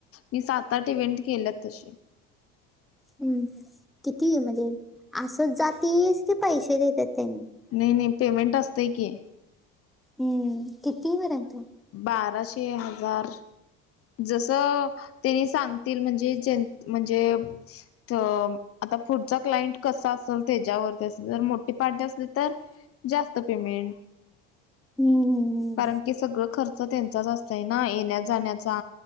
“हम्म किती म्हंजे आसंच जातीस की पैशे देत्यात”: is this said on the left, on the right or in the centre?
Centre